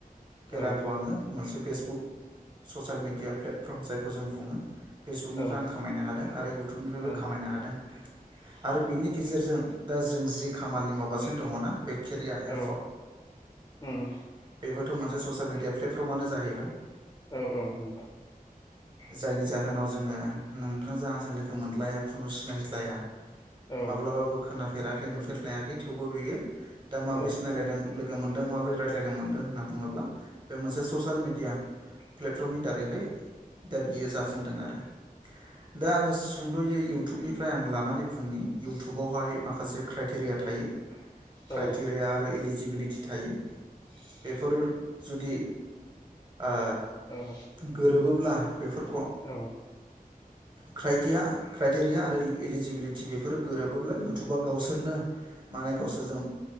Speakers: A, on the right; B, on the left.
A: बे
B: औ
A: रांखौ आङो मोनसे Facebook social media platform जायखौ जों बुङो फेसबुकनिफ्राय
B: औ
A: आं खामायनो हादों आरो इउटुबनिफ्रायबो
B: औ
A: खामायनो हादों। आरो बिनि गेजेरजों दा जों जि खामानि मावगासिनो दं। दङना बे केरिया एपआव
B: औ उम
A: बेबोथ' मोनसे ससियेल मिडिया्लेटफर्मानो जाहैबाय।
B: औ औ नंगौ
A: जायनि जाहोनाव
B: औ
A: जोङो थां जां लोगो मोनलाया खुनु सिनाय जाया। माब्लाबाबो
B: औ
A: खोनाफेराखै रे नुफेर लायाखै थेवबो बेयो दा माबोरै
B: औ
A: सिनायलायदों।
B: औ
A: मोनदों माबोरै रायज्लायनो मोनदों होन बुङोब्ला बे मोनसे ससियेल म मिडिया प्लेटफर्मनि दारैहाय दा बियो जाफुंदों आरो दा आङो सुंद'यो इउटुबनिफ्राय आं लानानै बुनि इउटुबावहाय माखासे क्राइटेरिया थायो। क्राइटेरिया
B: औ
A: आरो इलिजिबिलिटि थायो। बेफोरो जुदि ओ
B: औ
A: गोरोबो ब्ला बेफोर
B: औ
A: क्राइटिया क्राइटेरिया आरो इलिजिबिलिट टिभिफोर गोरोबोब्ला इउटुबा गावसोरनो माने गावसोरजों